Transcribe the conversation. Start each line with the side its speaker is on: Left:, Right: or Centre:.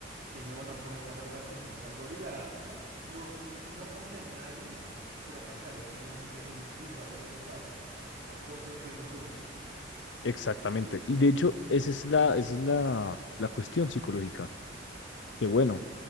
Right: que no van a poder escapar para siempre. O sea, el gorila no, no ataca a nadie por atacar, es simplemente instinto o tal vez azar, ¿no? O sea, puede ser el siguiente tú.
Left: Exactamente.
Right: Entonces,
Left: Y de hecho, esa es la, esa es la, la cuestión psicológica. Que bueno,